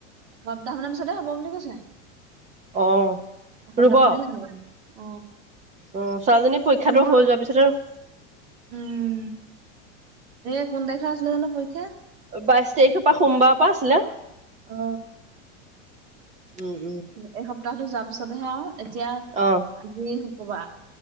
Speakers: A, on the right; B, on the right.
A: সপ্তাহ মানৰ পিছতে হ'ব বুলি কৈছে
B: অ
A: সপ্তাহ
B: ৰুব
A: মানহে লাগিব। অ।
B: অ' ছোৱালীজনী পৰীক্ষাটো
A: হ'ব
B: হৈ যোৱাৰ পিছত আৰু-।
A: উম' এ কোন তাৰিখে আছিলে জানোঁ পৰীক্ষা।
B: বাইশ তাৰিখৰ পৰা সোমবাৰৰ পৰা আছিলে
A: অ
B: উ উম।
A: এই সপ্তাহটো যোৱাৰ পিছতহে আৰু এতিয়া।
B: অ।
A: আজি শুক্ৰবাৰ